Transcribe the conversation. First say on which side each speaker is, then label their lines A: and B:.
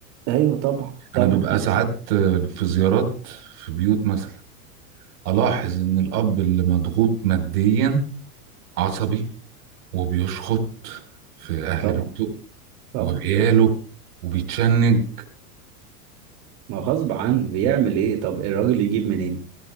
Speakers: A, on the right; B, on the right.
A: ايوه طبعا
B: انا
A: طبعا
B: ببقى ساعات في زيارات في بيوت مثلا الاحظ ان الاب اللي مضغوط ماديا عصبي وبيشخط في اهل
A: طبعا
B: بيته
A: طبعا
B: وعياله وبيتشنج
A: ما غصب عنه بيعمل ايه طب الراجل يجيب منين